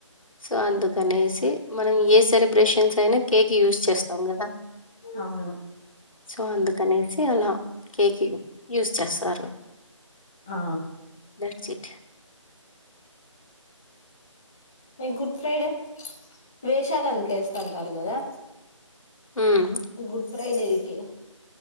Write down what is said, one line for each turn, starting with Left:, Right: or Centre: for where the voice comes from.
Left: సో అందుకనేసి మనం ఏ సెలబ్రేషన్స్ అయినా కేక్ యూస్ చేస్తాం కదా
Centre: అవును
Left: సో అందుకనేసి ఎ అలా కేక్ యూస్ చేస్తారు
Centre: ఆ
Left: దట్స్ ఇట్
Centre: గుడ్ ఫ్రైడే వేషాలు అందుకేస్తుంటారు కదా
Left: ఉమ్,
Centre: గుడ్ ఫ్రైడేకి